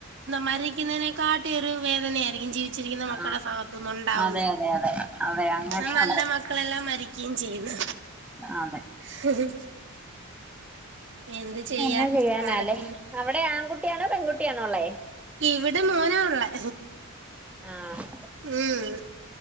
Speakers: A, on the right; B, in the centre.
A: മരിക്കുന്നതിനെകാട്ടും ഒരു വേദനയായിരിക്കും ജീവി ച്ചിരിക്കുന്ന മക്കളുടെ
B: ആ
A: സ്ഥാനത്ത്ന്ന് ഉണ്ടാവുന്ന
B: അതെ അതെ അതെ അതെ അങ്ങനെയുണ്ട്
A: ന്ന നല്ല മക്കളെല്ലാം മരിക്കേംചെയ്യ്ന്ന്
B: അതെ
A: ഹ് ഹ് എന്ത് ചെയ്യാ
B: എന്നാ ചെയ്യാനാല്ലേ
A: കാലത്തിന്
B: അവിടെ ആൺകുട്ടിയാണോ പെൺകുട്ടിയാണോ ഉള്ളേ
A: ഇവിടെ മോനാ ഉള്ളെ
B: ആഹ്
A: ഉം